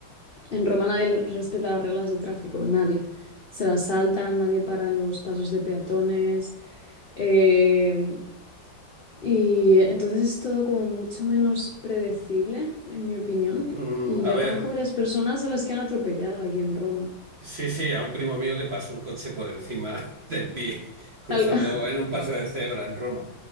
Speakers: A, on the left; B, on the right.
A: en Roma nadie le- respeta las reglas de tráfico, nadie. Se las saltan, nadie para en los pasos de peatones. Em, y entonces es todo como mucho menos predecible, en mi opinión.
B: Mm,
A: Y ya
B: a ver,
A: conozco varias personas a las que han atropellado aquí en Roma.
B: sí, sí, a un primo mío le pasó un coche por encima <laughs> del pie, cruzando
A: Tal- <laughs>
B: en un paso de cebra en Roma.